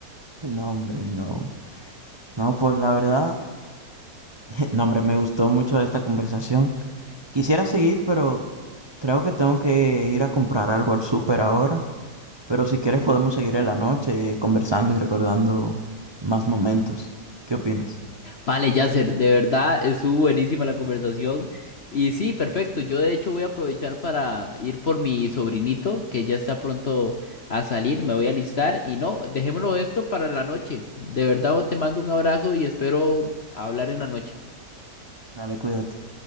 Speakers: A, on the right (about 25°); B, on the left (about 50°).
A: No, hombre, no. No, pues la verdad, <laughs> no, hombre, me gustó mucho esta conversación. Quisiera seguir, pero creo que tengo que ir a comprar algo al súper ahora. Pero si quieres podemos seguir en la noche eh, conversando y recordando más momentos. ¿Qué opinas?
B: Vale, Yasser, de verdad estuvo buenísima la conversación. Y sí, perfecto. Yo de hecho voy a aprovechar para ir por mi sobrinito, que ya está pronto a salir. Me voy a alistar. Y no, dejémoslo esto para la noche. De verdad, te mando un abrazo y espero hablar en la noche.
A: Dale, cuídate.